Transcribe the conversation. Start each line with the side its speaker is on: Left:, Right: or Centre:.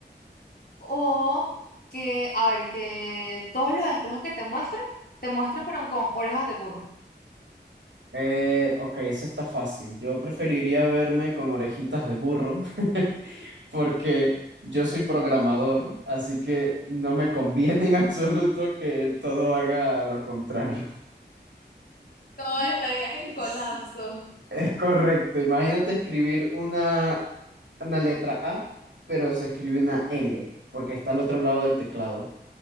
Left: o que, a ver, que todos los espejos que te muestran, te muestran pero con orejas de burro?
Right: Eh, ok, eso está fácil. Yo preferiría verme con orejitas de burro <laughs> porque yo soy programador, así que no me conviene en absoluto que todo haga lo contrario.
Left: No,
Right: <laughs>
Left: estarías en colapso.
Right: Es es correcto. Imagínate escribir una, una letra A, pero se escribe una L porque está al otro lado del teclado.